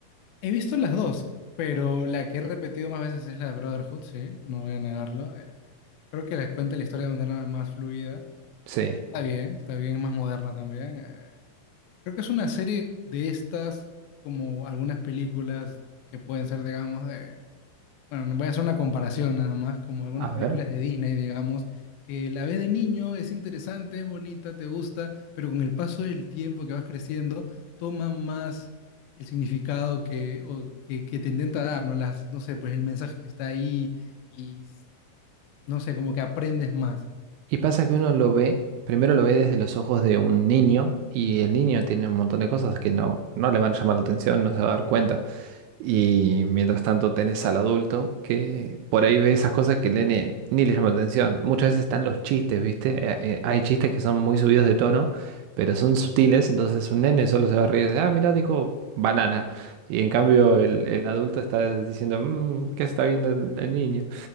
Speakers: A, on the left; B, on the right.
A: he visto las dos, pero la que he repetido más veces es la de Brotherhood, sí, no voy a negarlo. eh, creo que les cuenta la historia de manera más fluida.
B: Sí,
A: Está bien, está bien, es más moderna también. eh, Creo que es una serie de estas, como algunas películas que pueden ser, digamos, de... Bueno, no voy a hacer una comparación nada más, como algunas
B: a ver.
A: películas de Disney, digamos, que la ves de niño, es interesante, es bonita, te gusta, pero con el paso del tiempo que vas creciendo, toma más el significado que, o que, que te intenta dar, ¿no? Las, no sé, pues el mensaje que está ahí y, no sé, como que aprendes más.
B: Y pasa que uno lo ve, primero lo ve desde los ojos de un niño y el niño tiene un montón de cosas que no, no le van a llamar la atención, no se va a dar cuenta. Y mientras tanto tenés al adulto que por ahí ve esas cosas que el nene ni le llama la atención. Muchas veces están los chistes, ¿viste? Eh, eh, hay chistes que son muy subidos de tono, pero son sutiles, entonces un nene solo se va a reír de, ah, mira, dijo banana. Y en cambio el, el adulto está diciendo, "Mm, ¿qué está viendo el el niño?